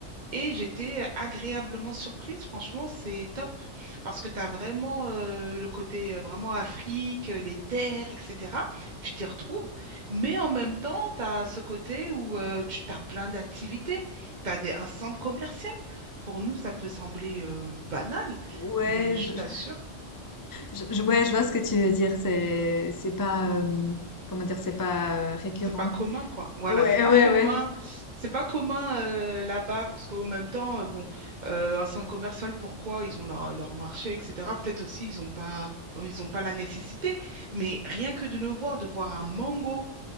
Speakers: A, on the right; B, on the left.
A: Et j'étais agréablement surprise, franchement, c'est top, parce que tu as vraiment euh, le côté euh, vraiment Afrique, euh, les terres, etc. Tu t'y retrouves, mais en même temps, tu as ce côté où euh, tu as plein d'activités, tu as des, un centre commercial. Pour nous, ça peut sembler euh, banal,
B: Ouais,
A: mais je
B: je,
A: t'assure.
B: je- je- ouais, je vois ce que tu veux dire. C'est, c'est pas, euh, comment dire, c'est pas euh, récurrent.
A: C'est pas commun, quoi. Voilà,
B: Ouais,
A: c'est pas
B: ouais,
A: commun.
B: ouais.
A: C'est pas commun euh, là-bas parce qu'au même temps, euh, bon, euh, un centre commercial, pourquoi? Ils ont leur, leur marché, etc. Peut-être aussi, ils ont pas, ils ont pas la nécessité. Mais rien que de le voir, de voir un mango,